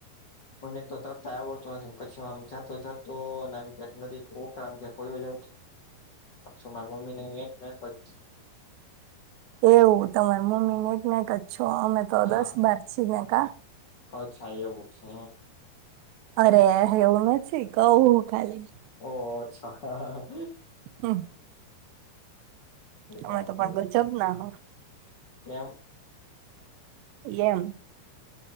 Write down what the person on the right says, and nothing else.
એવું તમારે મમ્મી નો એક નો એક જ છો અમે તો
દસ બાર છી ભાઈ કા?
અરે એવું નથી કવ ખાલી.
હમ
અમે
તો પણ
ગજબ ના હો
ઇએમ